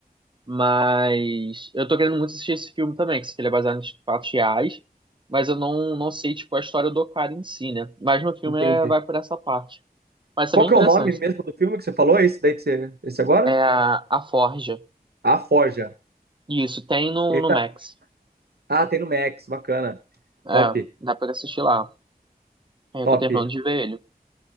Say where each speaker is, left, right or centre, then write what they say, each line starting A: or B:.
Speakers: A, on the right (about 30°); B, on the right (about 80°).
A: Mas eu tô querendo muito assistir esse filme também, que ele é baseado em fatos reais, mas eu não, não sei, tipo, a história do cara em si, né? Mas no filme
B: entendi.
A: é, vai por essa parte. Mas
B: Qual
A: é bem
B: que
A: interessante.
B: é o nome mesmo do filme que você falou? Esse daí que você, esse agora?
A: É a, a Forja.
B: A Forja.
A: Isso, tem no,
B: Ele
A: no
B: tá-
A: Max.
B: Ah, tem no Max, bacana.
A: É,
B: Top,
A: dá pra assistir lá. É, eu
B: top.
A: tô terminando de ver ele.